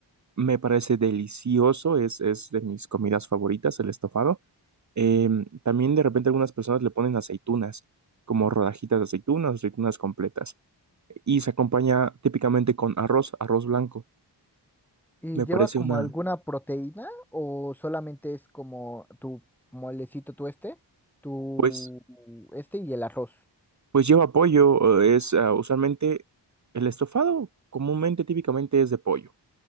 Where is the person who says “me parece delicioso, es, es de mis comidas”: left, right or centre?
Right